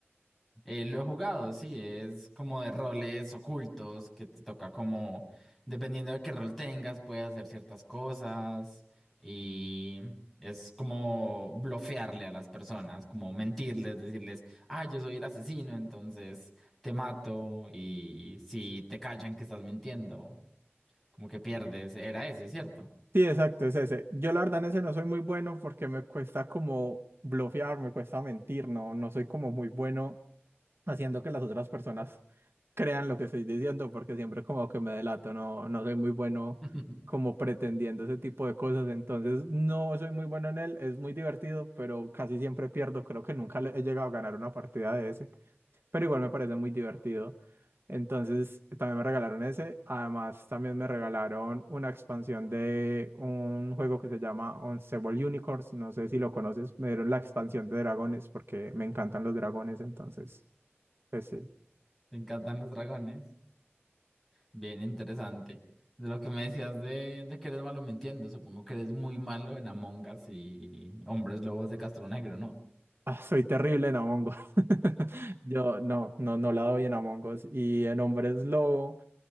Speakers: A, in the centre; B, on the right (about 60°).
A: Eh, lo he jugado, sí, es como de roles ocultos que te toca como, dependiendo de qué rol tengas, puedes hacer ciertas cosas y es como blofearle a las personas, como mentirles, decirles, ah, yo soy el asesino, entonces te mato y si te callan que estás mintiendo, como que pierdes, era ese, ¿cierto?
B: Sí, exacto, es ese. Yo, la verdad, en ese no soy muy bueno porque me cuesta como blofear, me cuesta mentir, no, no soy como muy bueno haciendo que las otras personas crean lo que estoy diciendo porque siempre como que me delato, no, no soy muy bueno
A: <laughs>
B: como pretendiendo ese tipo de cosas, entonces no soy muy bueno en él, es muy divertido, pero casi siempre pierdo, creo que nunca le- he llegado a ganar una partida de ese. pero igual me parece muy divertido. Entonces, también me regalaron ese. Además, también me regalaron una expansión de un juego que se llama Unstable Unicorns. No sé si lo conoces. Me dieron la expansión de dragones porque me encantan los dragones. Entonces, pues sí.
A: Te encantan los dragones. Bien interesante. De lo que me decías de, de que eres malo mintiendo, supongo que eres muy malo en Among Us y Hombres Lobos de Castro Negro, ¿no?
B: Ah, soy terrible en Among Us. <laughs> Yo no, no, no la doy en Among Us. Y en Hombres Lobo,